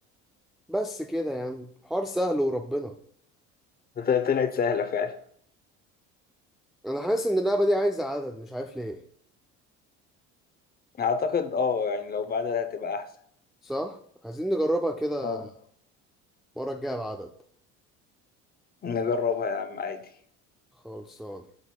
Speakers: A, in the centre; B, on the left.
A: بس كده يا عم حوار سهل وربنا
B: ده طلعت سهلة فعلا
A: انا حاسس ان اللعبه دي عايزه عدد مش عارف ليه
B: اعتقد اه يعني لو بعدها هتبقى احسن
A: صح عايزين نجربها كده
B: اه
A: المره الجايه بعدد
B: نجربها يا عم عادي
A: خلصان